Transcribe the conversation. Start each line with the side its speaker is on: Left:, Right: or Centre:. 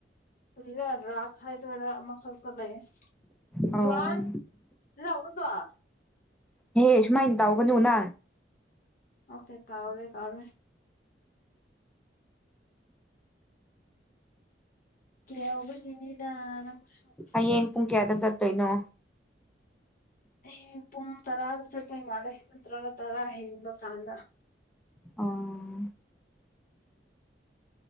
Left: ꯔꯥ ꯔꯥꯛ ꯍꯥꯏꯗꯣꯏꯔꯥ ꯑꯃꯈꯛꯇ ꯂꯩ
Centre: ꯑꯣ
Left: ꯖꯨꯋꯥꯟ ꯏ ꯎꯗ ꯋꯥ <unintelligible>
Centre: ꯍꯦ ꯁꯨꯃꯥꯏꯅ ꯇꯧꯒꯅꯨ ꯅ
Left: ꯑꯣꯀꯦ ꯀꯥꯎꯔꯦ ꯀꯥꯎꯔꯦ ꯀꯕ ꯀꯅꯤꯗꯁꯨ <unintelligible> <unintelligible>
Centre: ꯍꯌꯦꯡ ꯄꯨꯡ ꯀꯌꯥꯗ ꯆꯠꯇꯣꯏꯅꯣ
Left: ꯍꯌ‌ꯦꯡ ꯄꯨꯡ ꯇꯔꯥꯗ ꯆꯠꯇꯣꯏ ꯃꯥꯜꯂꯦ ꯅꯠꯇ꯭ꯔꯒ ꯇꯔꯥ ꯍꯦꯟꯕ ꯀꯥꯟꯗ
Centre: ꯑ